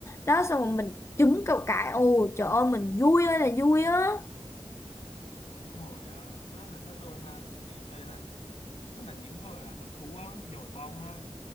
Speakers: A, on the left; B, on the left.
A: Đó xong rồi mình trúng cầu cãi Ồ trời ơi mình vui ơi là vui á
B: đúng rồi á rất là thích luôn ha tại vì đây là nó là những con gọi là con thú á, nhồi bông ha